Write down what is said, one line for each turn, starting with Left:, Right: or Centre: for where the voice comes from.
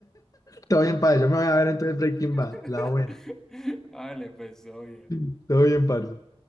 Left: Todo bien, padre. Yo me voy a ver entonces Breaking
Centre: <laughs>
Left: Bad, la buena.
Centre: hágale pues, oye.
Left: <laughs> Todo bien, parce.